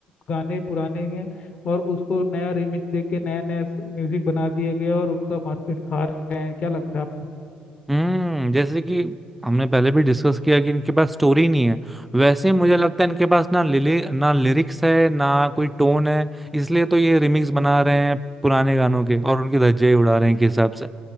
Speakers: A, on the left; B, in the centre.
A: गाने पुराने हैं और उसको नया रिमिक्स दे के नया नया म्यूजिक बना दिया गया और उनका मार्केट खा रहे हैं क्या लगता है आपको
B: हम्म जैसे कि हमने पहले भी डिस्कस किया कि इनके पास स्टोरी नहीं है वैसे ही मुझे लगता है इनके पास ना लिली ना लिरिक्स है ना कोई टोन है इसलिए तो ये रिमिक्स बना रहे हैं पुराने गानों के और उनके धज्जे ही उड़ा रहे हैं के हिसाब से